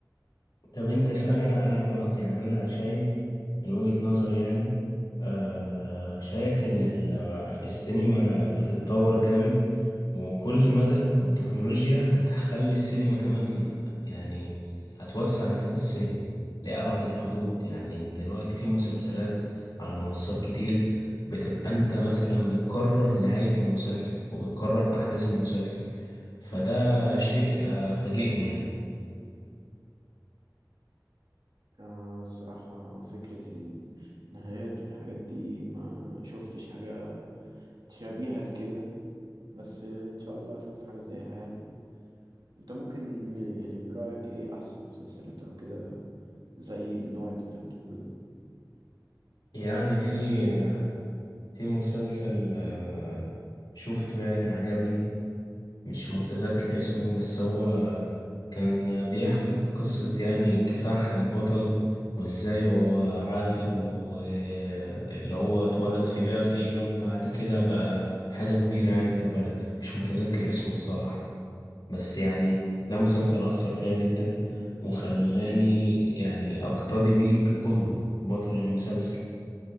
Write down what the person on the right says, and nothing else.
آه الصراحة فكرة النهايات والحاجات دي ما شفتش حاجة تشابيها لكده بس إن شاء الله أشوف حاجة زيها يعني أنت ممكن م- يعني من رأيك إيه أحسن مسلسلات أو كده زي النوع اللي انت بتقوله ده